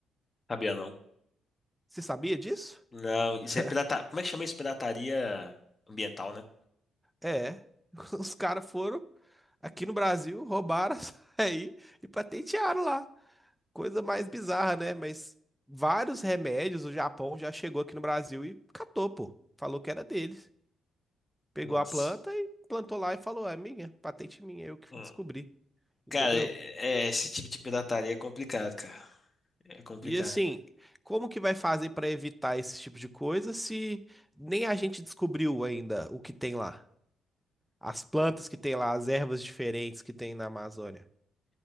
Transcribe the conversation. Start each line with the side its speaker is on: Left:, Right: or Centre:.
Left: Sabia não?
Centre: Você sabia disso?
Left: Não, isso
Centre: <laughs>
Left: é pirataria. Como é que chama isso? Pirataria ambiental, né?
Centre: É. Os caras foram aqui no Brasil, roubaram a <laughs> açaí e patentearam lá. Coisa mais bizarra, né? Mas vários remédios o Japão já chegou aqui no Brasil e catou, pô. Falou que era deles. Pegou
Left: Nossa.
Centre: a planta e plantou lá e falou: é minha, patente minha, eu que
Left: Hum.
Centre: descobri. Entendeu?
Left: Cara, é- é, esse tipo de pirataria é complicado, cara. É complicado.
Centre: E assim, como que vai fazer para evitar esse tipo de coisa se nem a gente descobriu ainda o que tem lá? As plantas que tem lá, as ervas diferentes que tem na Amazônia.